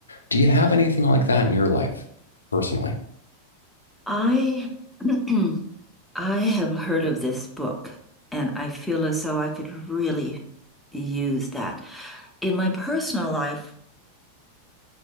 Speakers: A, on the left; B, in the centre.
A: Do you have anything like that in your life personally?
B: I <clears throat> I have heard of this book and I feel as though I could really use that. In my personal life,